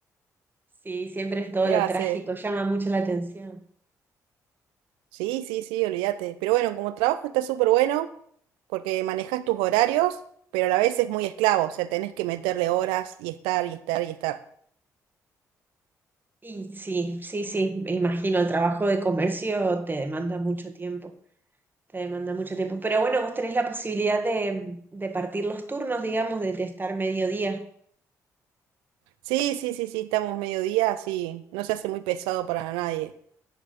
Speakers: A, on the right; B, on the right.
A: Sí, siempre es todo
B: ¿Qué
A: lo
B: va
A: trágico,
B: a hacer?
A: llama mucho la atención.
B: Sí, sí, sí, olvídate. Pero bueno, como trabajo está súper bueno, porque manejas tus horarios, pero a la vez es muy esclavo, o sea, tenés que meterle horas y estar y estar y estar.
A: Y sí, sí, sí, me imagino, el trabajo de comercio te demanda mucho tiempo, te demanda mucho tiempo. Pero bueno, vos tenés la posibilidad de, de partir los turnos, digamos, de, de estar mediodía.
B: Sí, sí, sí, sí, estamos mediodía, sí, no se hace muy pesado para nadie.